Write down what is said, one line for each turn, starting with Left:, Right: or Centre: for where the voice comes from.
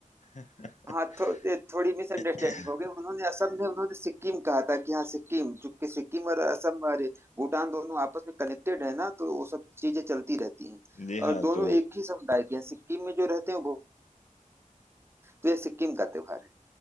Left: <laughs>
Right: हाँ थो, ये थोड़ी मिसअंडरस्टैंडिंग
Left: हम्म,
Right: हो गई उन्होंने असम ने उन्होंने सिक्किम कहा था कि हाँ सिक्किम चूंकि सिक्किम और असम अरे भूटान दोनों आपस में कनेक्टेड है ना तो वो सब चीजें चलती रहती हैं
Left: जी हाँ
Right: और दोनों
Left: तो
Right: एक ही समुदाय के हैं सिक्किम में जो रहते हैं वो तो ये सिक्किम का त्योहार है